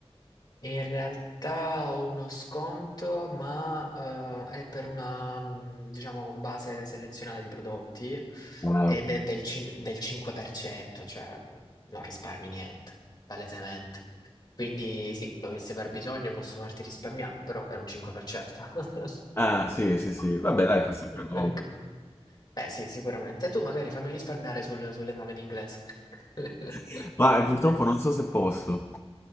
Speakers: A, on the left; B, on the left.
A: E in realtà ho uno sconto, ma, ehm, è per una, mhmm, diciamo, base selezionata di prodotti
B: Ah,
A: ed
B: ok.
A: è del cin del 5%, cioè, mhmm, non risparmi niente, palesemente. Quindi sì, dovessi aver bisogno posso farti risparmiare, però è un 5%. <laughs>
B: Ah, sì, sì, sì. Vabbè, dai, fa sempre comodo.
A: Ecco. Eh sì, sicuramente. Tu magari fammi risparmiare sul sull'esame di inglese. <laughs>
B: <laughs> Ma purtroppo non so se posso.